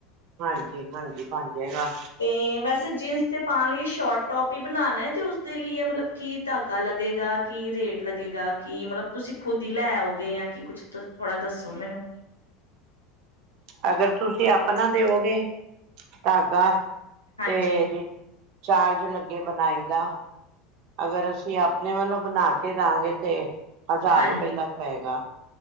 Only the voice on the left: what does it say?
ਤੇ ਵੈਸੇ ਜੀਨਸ ਤੇ ਪਾਉਣ ਲਈ। ਸ਼ੋਰਟ ਟੋਪ ਹੀ ਬਣਾਉਣਾ, ਤੇ ਉਸਦੇ ਲਈ ਮਤਲਬ ਕੀ ਧਾਗਾ ਲੱਗੇਗਾ, ਕੀ ਰੇਟ ਲੱਗੇਗਾ, ਕੀ ਮਤਲਬ ਤੁਸੀਂ ਖੁੱਦ ਹੀ ਲੈ ਆਓਗੇ ਜਾਂ ਕੀ ਕੁੱਛ ਥੋੜਾ ਦੱਸੋ ਮੈਨੂੰ।
ਹਾਂਜੀ
ਹਾਂਜੀ,